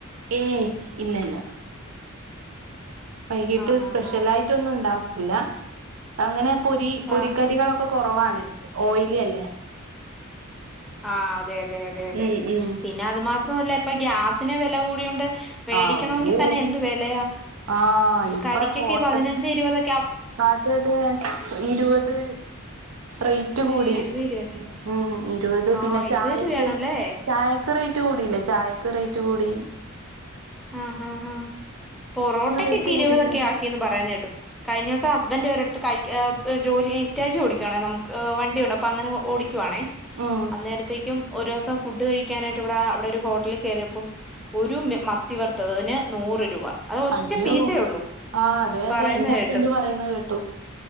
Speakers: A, on the right; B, in the centre.
A: ഏയ് ഇല്ലല്ല. വൈകീട്ട്
B: ആഹ്
A: സ്പെഷ്യൽ
B: ആഹ് ആഹ്
A: ആയിട്ടൊന്നും ഉണ്ടാ എന്നാ അങ്ങനെ പൊരി പൊരിക്കടികളൊക്കെ
B: ആഹ്
A: കുറവാണ് ഓയിലി അല്ലേ
B: ആഹ് അ അതെ അതെ അതെ അതെ
A: ഉം ഉം
B: പിന്നെ അത് മാത്ര ത്രല്ല ഇപ്പൊ ഗ്യാസിന് വെല കൂടിയോണ്ട് മേടിക്കണമെങ്കി
A: ആഹ് ഒരു
B: തന്നെ എന്ത് വെലയാ
A: ആഹ് ഇപ്പൊ
B: കടിക്കൊക്കെ
A: ഹോട്ടൽ
B: പതിനഞ്ച് ഇരുപതൊ
A: അതെ അതെ ഇരുപത് റേറ്റ് കൂടി
B: അയ്യോ ഇരുപത് രൂപ
A: മ്മ് ഇരുപത് ത്
B: ആ
A: പിന്നെ
B: ഇരുപത്
A: ചായക്ക്
B: രൂപയാണല്ലേ
A: ചായക്ക് റേറ്റ് കൂടിലെ ചായക്ക് റേ റ്റുകൂടി
B: ആ ആ ആ പൊറോട്ടക്കൊക്കെ
A: റേറ്റ്
B: ഇരുപതൊക്കെ
A: കൂടിയിട്ടുണ്ട്
B: ആക്കിന്ന് പറയന്ന കേട്ടു കഴിഞ്ഞ ദിവസം ഹസ്ബന്റ് ഒരടുത്ത് കഴി ജോലി ഹിറ്റാച്ചി ഓടിക്കുവാണേ നമുക്ക് വണ്ടി ഉണ്ട് അപ്പോ അങ്ങനെ ഓടിക്ക ക്കുവാണേ
A: ഉം
B: അന്നേരത്തേക്കും ഓരോ ഫുഡ് കഴിക്കാനായിട്ട് ഇവിടെ അവിടെ ഒരു ഹോട്ടലിൽ കയറിയപ്പം ഒരു മത്ത ത്തിവർത്തതിന് നൂറ് രൂപ അത് ഒറ്റ
A: അയ്യോ
B: പീസേ ഉള്ളൂ
A: ആഹ് അതെ
B: പറയുന്ന
A: അതെ എന്റെ
B: കേട്ടു
A: ഹസ്ബൻഡ് പറയുന്ന കേട്ടു